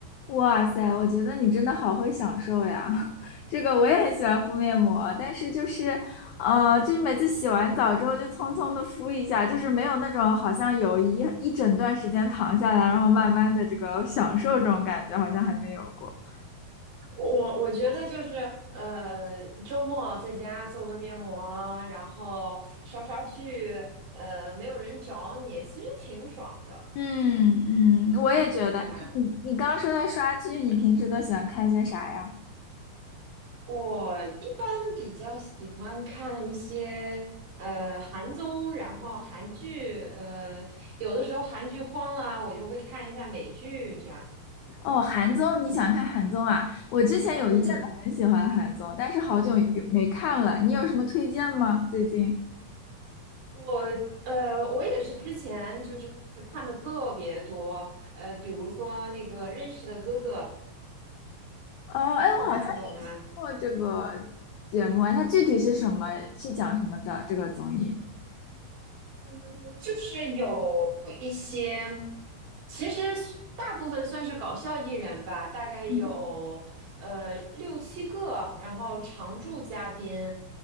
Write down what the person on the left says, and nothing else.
哇塞，我觉得你真的好会享受呀！<laughs> 这个我也很喜欢敷面膜，但是就是，呃，就是每次洗完澡之后就匆匆的敷一下，就是没有那种好像有一一整段时间躺下来，然后慢慢的这个享受这种感觉，好像还没有过。
嗯嗯，我也觉得。
你你刚刚说到刷剧，你平时都喜欢看些啥呀？
哦，韩综，你喜欢看韩综啊？我之前有一阵子很喜欢韩综，
但是好久有没看了。你有什么推荐吗？最近？
哦，哎，我好像也听过这个节目啊，
它具体是什么？是讲什么的？这个综艺？
嗯